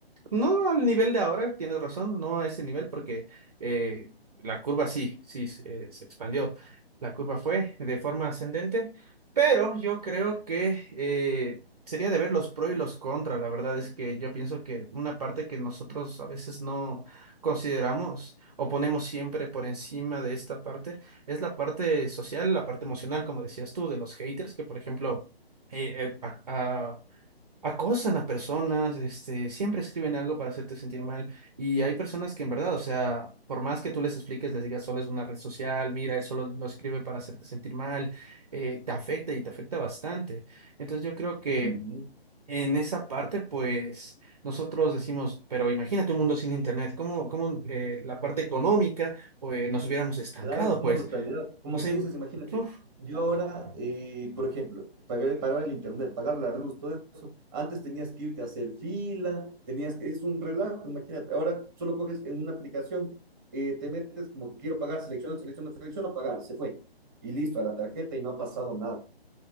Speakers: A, on the right; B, on the right.
A: no al nivel de ahora, tienes razón, no a ese nivel porque eh, la curva sí, sí, se eh, se expandió. La curva fue de forma ascendente, pero yo creo que eh, sería de ver los pros y los contras. La verdad es que yo pienso que una parte que nosotros a veces no consideramos o ponemos siempre por encima de esta parte es la parte social, la parte emocional, como decías tú, de los haters que, por ejemplo, eh, eh, a- a- acosan a personas, este, siempre escriben algo para hacerte sentir mal. Y hay personas que en verdad, o sea, por más que tú les expliques, les digas solo es una red social, mira, él solo lo escribe para hacerte sentir mal, eh, te afecta y te afecta bastante. Entonces yo creo que
B: <laughs>
A: en esa parte, pues nosotros decimos, pero imagínate un mundo sin internet, ¿cómo, cómo eh, la parte económica, pues nos hubiéramos estancado,
B: Claro, es una
A: pues?
B: brutalidad. Como
A: O sea,
B: tú dices, imagínate,
A: uf,
B: yo ahora, eh, por ejemplo, pagar, pagar el internet, pagar la luz, todo eso, antes tenías que irte a hacer fila, tenías que, es un relajo, imagínate, ahora solo coges en una aplicación, eh, te metes como quiero pagar, selecciono, selecciono, selecciono, pagar, se fue. Y listo, a la tarjeta y no ha pasado nada.